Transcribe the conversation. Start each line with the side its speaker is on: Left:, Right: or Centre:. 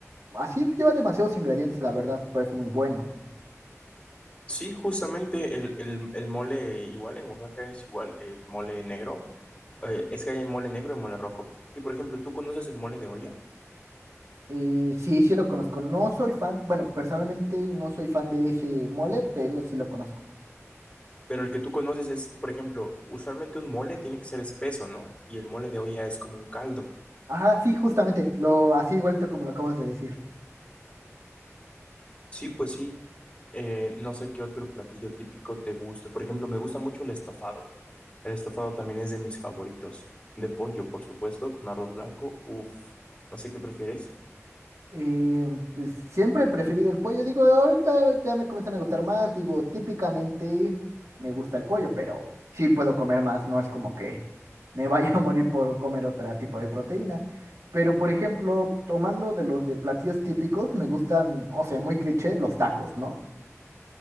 Right: así lleva demasiados ingredientes, la verdad, pero es muy bueno.
Left: Sí, justamente el, el, el mole igual en Oaxaca es igual el mole negro. Eh, es que hay mole negro y mole rojo. Y por ejemplo, tú conoces el mole de olla,
Right: Y sí, sí lo conozco. No soy fan, bueno, personalmente no soy fan de ese mole, pero sí lo conozco.
Left: pero el que tú conoces es, por ejemplo, usualmente un mole tiene que ser espeso, ¿no? Y el mole de olla es como un caldo.
Right: Ajá, sí, justamente, lo así vuelto como lo acabas de decir.
Left: Sí, pues sí. Eh, no sé qué otro platillo típico te guste. Por ejemplo, me gusta mucho el estofado. El estofado también es de mis favoritos. De pollo, por supuesto, con arroz blanco. Uf, no sé qué prefieres.
Right: Eh, pues siempre he preferido el pollo. Digo, ahorita ya me comienzan a gustar más. Digo, típicamente me gusta el pollo, pero sí puedo comer más. No es como que me vaya <laughs> a morir por comer otro tipo de proteína. Pero, por ejemplo, tomando de los de platillos típicos, me gustan, o sea, muy cliché, los tacos, ¿no?